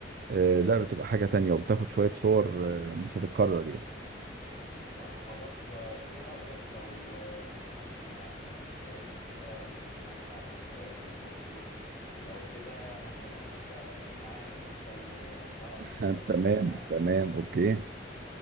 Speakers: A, on the right; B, on the left.
A: آه لا بتبقى حاجة تانية وبتاخد شوية صور آه، مش هتتكرر يعني
B: طب خلاص لا ايه رأيك لو آه، مثلا آه، قريب كده ممكن اطلع سفرية للاقصر ولو كده هكلمك بقى تيجي معايا انت اللي رحتها قبل
A: <laughs>
B: كده وانت
A: تمام
B: اللي عارف
A: تمام أوكي